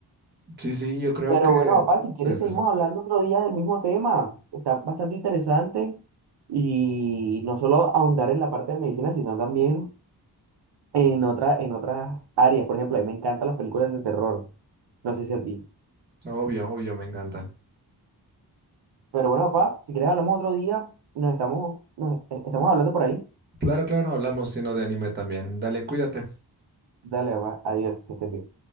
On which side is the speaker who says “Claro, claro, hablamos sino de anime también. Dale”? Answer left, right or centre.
Right